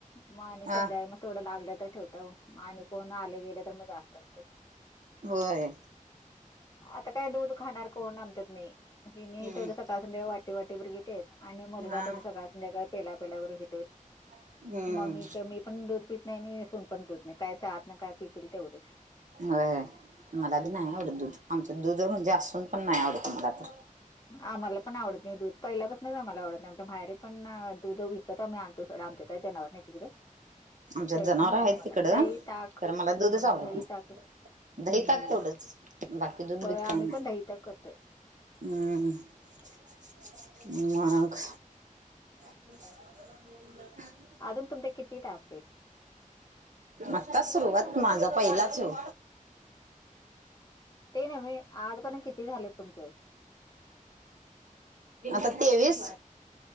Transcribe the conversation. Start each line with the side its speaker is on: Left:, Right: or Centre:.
Left: मग आणि
Right: हा
Left: संध्याकाळी म थोडं लागलं तर ठेवताव, आणि कोण आले गेले तर मग जास्त असतंय.
Right: होय.
Left: आता काय दूध खाणार कोण आमच्यात नाही हेनी
Right: हम्म
Left: तेवढं सकाळ संध्याकाळ वाटी वाटी भर घेत्यात. आणि मुलगा
Right: हा
Left: तेवढा सगळा संध्याकाळ पेला पेलाभर घेतोय
Right: हम्म.
Left: मग मी काय मी पण दूध पित नाही आणि सून पण दुध नाही काय च्याहतनं काय पितील तेवढंच.
Right: होय मला बी नाही
Left: हम्म
Right: आवडत दूध आमचं दुध म्हणजे असून पण नाही आवडत मला तर.
Left: आम्हाला पण आवडत नाही दूध पहिल्या पासनच आम्हाला आवडतं नाही आमच्या माहेेरी पण अं दुध विकत आम्ही आ कडं जनावर नाही तिकडं.
Right: आमच्यात
Left: तरी
Right: जनावर
Left: पण नाय
Right: आहेत
Left: आम्हाला
Right: तिकडं
Left: दही, ताक
Right: तर मला
Left: हम्म
Right: दूधच आवडत
Left: दही‌,
Right: नाही
Left: ताक‌ हम्म.
Right: दही ताक तेवढंच बाकी दूध
Left: होय
Right: बीध
Left: आम्ही
Right: काही नाही
Left: पण दही ताक करतोय.
Right: हम्म हम्म मग. <inaudible>
Left: अजून तुमचे किती टास्क आहेत.
Right: आत्ता सुरुवात माझा पहिलाच ह्यो.
Left: ते नव्हे आज पर्यंत किती झालेत तुमचे.
Right: आता तेवीस.